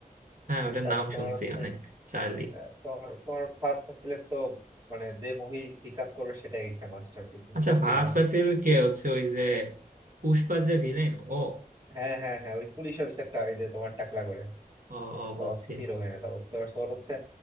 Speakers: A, on the right; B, on the right.
A: হ্যাঁ ওটার
B: তারপর
A: নাম
B: তোমার
A: শুনছি
B: হচ্ছে
A: অনেক চার্লি
B: আহ, তোমার তোমার ফার্থ সিলেক্ট তো মানে যে মুভি পিক আপ করবে সেটাই একটা মাস্টারপিস বুঝতে
A: আচ্ছা
B: পারছো
A: ফাহাদ
B: যেমন
A: ফাসিল কে হচ্ছে ওই যে পুষ্পা যে ভিলেন ও
B: হ্যাঁ হ্যাঁ হ্যাঁ ওই পুলিশ অফিসারটা ওই যে তোমার টাকলা করে
A: ও
B: ও
A: ও,
B: তো
A: বুঝছি
B: অস্থির হয়ে না বুঝতে পারছো ওর হচ্ছে